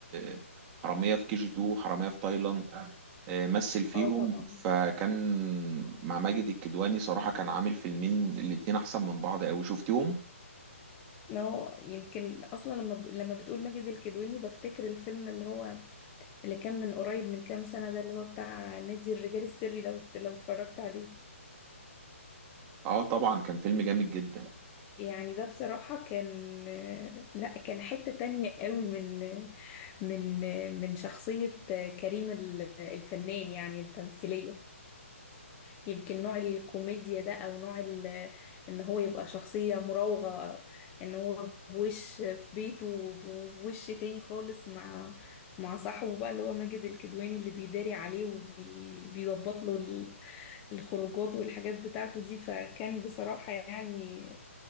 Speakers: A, on the right; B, on the left.
A: آه، حرامية في كي جي 2 حرامية في تايلاند آه، مثل فيهم
B: اه طبعا
A: فكان مع ماجد الكدواني صراحة كان عامل فيلمين الاتنين أحسن من بعض أوي شفتيهم؟
B: نو يمكن اصلا لما ب... لما بتقول ماجد الكدواني بفتكر الفيلم اللي هو اللي كان من قريب من كام سنة ده اللي هو بتاع نادي الرجال السري لو لو اتفرجت عليه
A: اه طبعا كان فيلم جامد جدا
B: يعني ده بصراحة كان لا كان حتة تانية قوي من من من شخصية كريم ال- الفنان يعني التمثيلية يمكن نوع الكوميديا ده أو نوع ال- إن هو يبقى شخصية مراوغة إن هو بوش في بيته وبوش تاني خالص مع مع صاحبه بقى اللي هو ماجد الكدواني اللي بيداري عليه وبيظبط له ال- الخروجات والحاجات بتاعته دي فكان بصراحة يعني